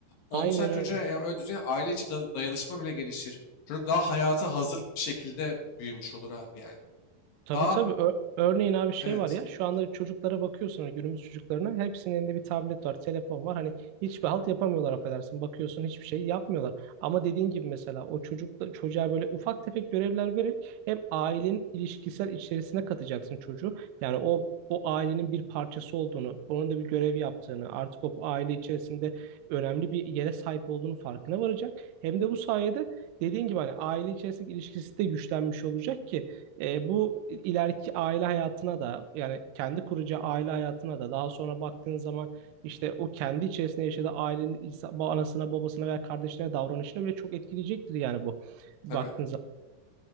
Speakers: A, on the left; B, on the right.
A: Onu
B: Aynen
A: sen çocuğa
B: öyle.
A: ya öyle düzgün aile içi da- dayanışma bile gelişir. Çocuk daha hayata hazır bir şekilde büyümüş olur abi yani.
B: Tabii
A: Daha
B: tabii. Ö- örneğin abi şey
A: evet
B: var ya şu anda çocuklara bakıyorsun hani günümüz çocuklarına hepsinin elinde bir tablet var, telefon var. Hani hiçbir halt yapamıyorlar affedersin. Bakıyorsun hiçbir şey yapmıyorlar. Ama dediğin gibi mesela o çocukla çocuğa böyle ufak tefek görevler vererek hem ailenin ilişkisel içerisine katacaksın çocuğu. Yani o o ailenin bir parçası olduğunu, onun da bir görev yaptığını, artık o aile içerisinde önemli bir yere sahip olduğunu farkına varacak. Hem de bu sayede dediğin gibi hani aile içerisindeki ilişkisi de güçlenmiş olacak ki e, bu ileriki aile hayatına da yani kendi kuracağı aile hayatına da daha sonra baktığın zaman işte o kendi içerisinde yaşadığı ailenin insan- ba- anasına babasına veya kardeşine davranışına bile çok etkileyecektir yani bu
A: tabii.
B: baktığın zaman.